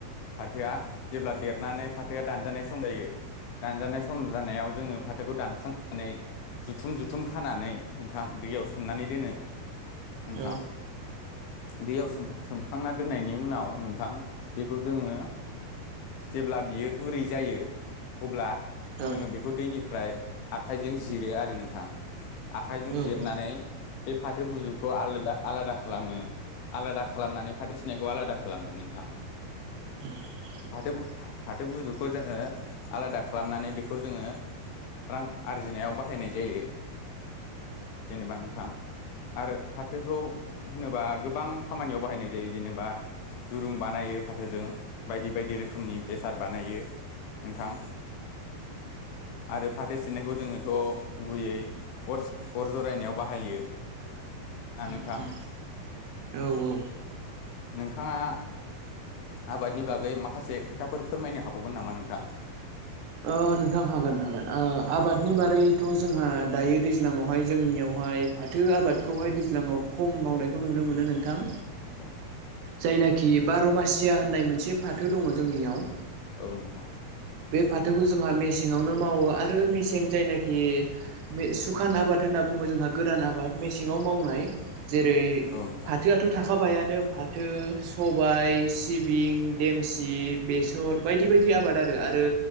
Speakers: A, on the left (about 75°); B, on the right (about 85°).
A: फाथोआ जेब्ला देरनानै फाथोआ दानजानाय सम जायो। दानजानाय सम जानायाव जोङो फाथोखौ दानखांनानै जुथुम-जुथुम खानानै नोंथां दैयाव सोमनानै दोनो नोंथां
B: औ
A: दैयाव सोमखां-सोमखांना दोननायनि उनाव नोंथां बेखौ जोङो जेब्ला बियो गुरै जायो अब्ला
B: औ
A: जोङो बेखौ दैनिफ्राय आखाइ जों जिरो आरो नोंथां आखाइजों
B: उम
A: जिरनानै
B: उम
A: बे फाथो बुजुखौ आलादा-आलादा खालामो आलादा खालामनानै फाथो सिनायखौ आलादा खालामो नोंथां।
B: <unintelligible>
A: फाथो फाथो बुजुखौ जोङो आलादा खालामनानै बेखौ जोङो रां आरजिनायाव बाहायनाय जायो जेनेबा नोंथां आरो फाथोखौ होनोबा गोबां खामानियाव बाहायनाय जायो जेनेबा दुरुं बानायो फाथोजों बायदि बायदि रोखोमनि बेसाद बानायो नोंथां
B: <inaudible>
A: आरो फाथो सिनायखौ जोङोथ' गुबैयै अर- अर जरायनायाव बाहायो ना
B: उम-उम
A: नोंथां
B: औ-औ
A: नोंथाङा आबादनि बागै माखासे खो खोथाफोर फोरमायनो हाबावगोन नामा नोंथां?
B: ओ नोंथां हागोन-हागोन ओ आबादनि बारैथ' जोंहा दायो दै ज्लाङावहाय जोंनियावहाय फाथो आबादखौहाय दैज्लाङाव खम मावनायखौ नुनो मोनो नोंथां।
A: औ
B: जायनाखि बार'मासिया होननाय मोनसे फाथो दङ जोंनियाव
A: औ नोंथां
B: बे फाथोखौ जोंहा मेसेङावनो मावो आरो मेसें जायनाखि मे-सुखान आबाद होननानै बुङो जोंहा गोदान आबाद मेसेङाव मावनाय जेरै
A: औ नोंथां
B: फाथोआथ' थाखाबायानो फाथो सबाय सिबिं देमसि बेसर बायदि-बायदि आबादआरो आरो